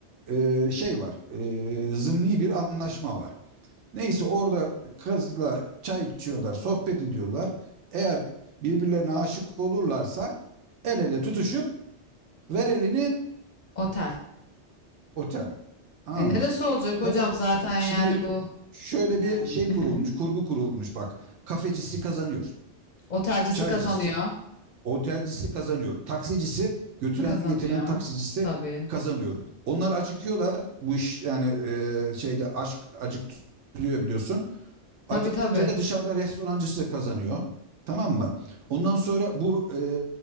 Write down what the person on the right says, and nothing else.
e, şey var e, zımni bir anlaşma var. Neyse orada kızla çay içiyorlar, sohbet ediyorlar. Eğer birbirlerine aşık olurlarsa el ele tutuşup ver elini
otel. Tamam
mı?
Tabii
şimdi
şöyle
bir şey
kurulmuş, kurgu kurulmuş bak. Kafecisi kazanıyor.
Çaycısı,
otelcisi kazanıyor. Taksicisi, götüren
getiren taksicisi
kazanıyor. Onlar acıkıyorlar. Bu iş yani e, şeyde aşk acıktırıyor biliyorsun.
Acıkınca
da dışarıda restorancı size kazanıyor. Tamam mı? Ondan sonra bu e,